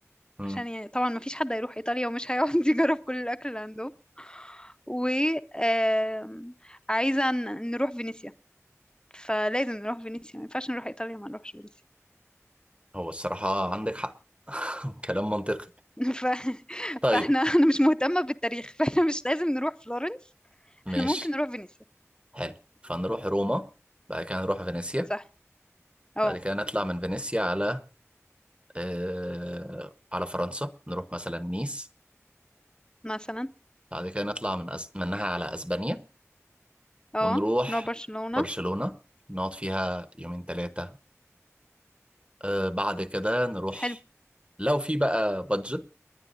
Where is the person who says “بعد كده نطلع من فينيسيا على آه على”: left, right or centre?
Right